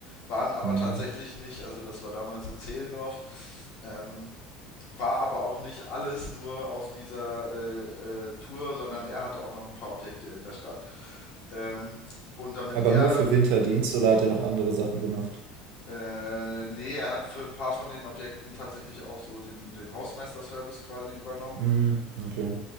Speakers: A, on the left; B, on the right.
A: waren aber
B: hm.
A: tatsächlich nicht, also das war damals in Zehlendorf, ähm, war aber auch nicht alles nur auf dieser äh, äh, Tour, sondern er hatte auch noch ein paar Objekte in der Stadt. Ähm, und damit
B: Aber
A: er,
B: nur für Winterdienst oder hat er noch andere Sachen gemacht?
A: äh, nee, er hat für ein paar von den Objekten tatsächlich auch so den, den Hausmeister-Service quasi übernommen.
B: Hm, okay.